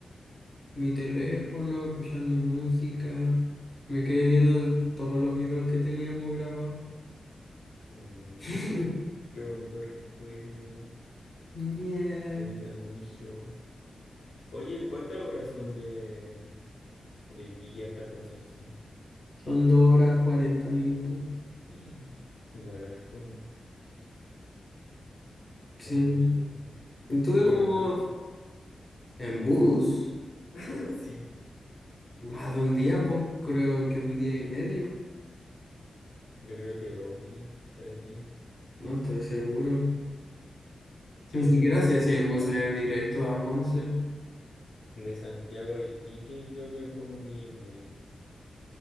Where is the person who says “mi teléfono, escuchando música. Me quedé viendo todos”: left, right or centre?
Left